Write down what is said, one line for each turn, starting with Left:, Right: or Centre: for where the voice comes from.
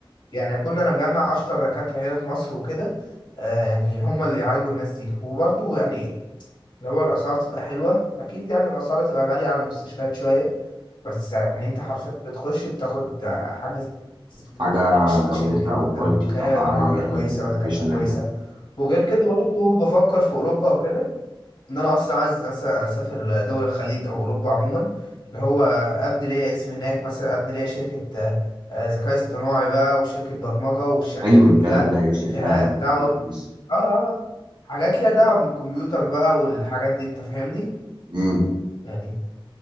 Left: يعني اكون انا مجمع اشطر دكاتره هنا في مصر وكده آه، يعني هم اللي يعالجوا الناس دي وبرضه يعني لو الاسعار تبقى حلوه اكيد يعني الاسعار تبقى غاليه على المستشفيات شويه بس يعني انت حرفيا بتخش بتاخد حاجة
Right: حاجة
Left: سبيشال
Right: جودتها
Left: جدا
Right: أو كواليتي
Left: وتلاقي
Right: بتاعها عالي
Left: معاملة
Right: يعني
Left: كويسة
Right: وبروفيشنال
Left: ودكاترة كويسة
Right: يعني
Left: وغير كده برضه بفكر في أوروبا وكده إن أنا أصلا عايز مثلا أسافر لدول الخليج أو أوروبا عموما اللي هو أبني ليا اسم هناك مثلا أبني ليا شركة آه، آه، ذكاء اصطناعي بقى وشركة برمجة والشركات
Right: حلو
Left: دي
Right: الكلام
Left: كلها
Right: ده يا يوسف
Left: اللي لها
Right: فعلا
Left: دعوة
Right: لذيذ
Left: ب... آه آه آه، حاجات ليها دعوة بالكمبيوتر بقى والحاجات دي أنت فاهمني؟
Right: امم
Left: يعني